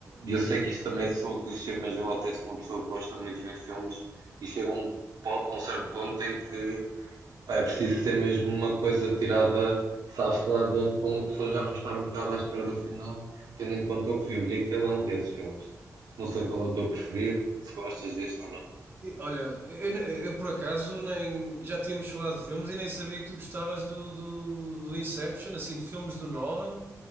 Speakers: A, on the right; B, on the right.
A: E eu sei que isto também soa clichê, mas eu até sou uma pessoa que gosta muito de ver filmes e chega a um, pon- a um certo ponto em que Pá, É preciso ser mesmo uma coisa tirada, sabe-se lá de onde, para uma pessoa já não estar um bocado à espera do final, tendo em conta o que viu. E aquele é um desses filmes. Não sei qual é o teu preferido, se gostas deste ou não.
B: E, Olha, eu, eu- eu, por acaso nem já tínhamos falado de filmes e nem sabia que tu gostavas do, do, do Inception, assim, de filmes do Nolan.